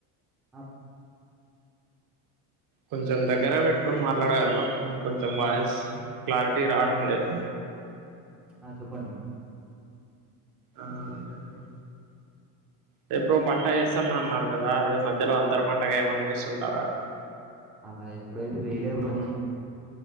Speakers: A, in the centre; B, on the right.
A: ఆబ్
B: కొంచెం దగ్గర పెట్టుకొని మాట్లాడగలరా ఫోన్ కొంచెం వాయిస్ క్లారిటీ రావడం లేదు
A: ఆ చెప్పండి బ్రో
B: ఆ అదే బ్రో అదే బ్రో పంట వేస్తున్నా అన్నారు కదా అదే మధ్యలో అంతర్ పంట ఏమన్నా వేస్తుంటారా అని
A: అలా ఎప్పుడైతే వేయలే బ్రో మనము